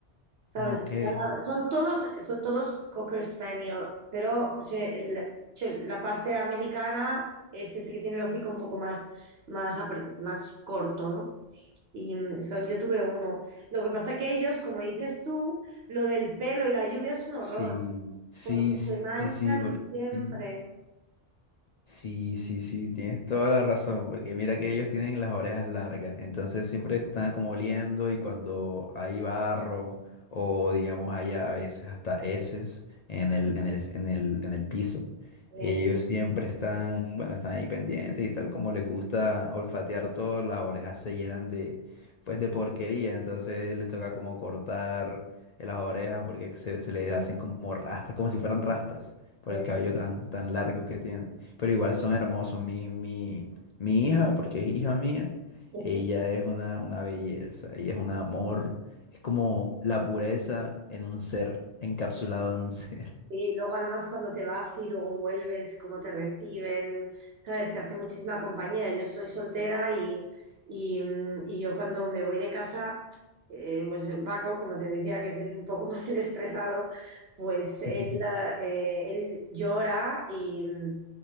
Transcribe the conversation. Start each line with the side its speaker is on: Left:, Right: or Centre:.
Right: ¿Sabes?
Left: ok.
Right: Está- son todos, son todos Cocker Spaniel, pero c'è il- c'è la parte americana es ese que tiene el hocico un poco más, más, apre- más corto, ¿no? Y mm, son, yo tuve uno. Lo que pasa que ellos, como dices tú, lo del pelo y la lluvia es un horror,
Left: Sí, sí,
Right: porque
Left: sí,
Right: se manchan
Left: sí, bro,
Right: siempre.
Left: sí. Sí, sí, sí, tienes toda la razón, porque mira que ellos tienen las orejas largas, entonces siempre están como oliendo y cuando hay barro o digamos hay a a veces hasta heces en el, en el, en el, en el piso,
Right: Eh,
Left: ellos siempre están, bueno, están ahí pendientes y tal, como les gusta olfatear todo, las orejas se llenan de, pues de porquería, entonces les toca como cortar las orejas porque se, se les hacen como rastas, como si fueran rastas por
Right: eh,
Left: el cabello tan, tan largo que tienen pero igual son hermosos. Mi, mi, mi hija, porque es hija mía,
Right: <laughs>
Left: ella es una, una belleza, ella es un amor, es como la pureza en un ser, encapsulado en un ser.
Right: Y luego además cuando te vas y luego vuelves, cómo te reciben, ¿sabes? Te hace muchísima compañía. Yo soy soltera y, y, mm, y yo cuando me voy de casa, eh, pues Paco, como te decía, que es el- un poco <laughs> más el estresado, pues él,
Left: <laughs>
Right: ah, eh, él llora y, mm,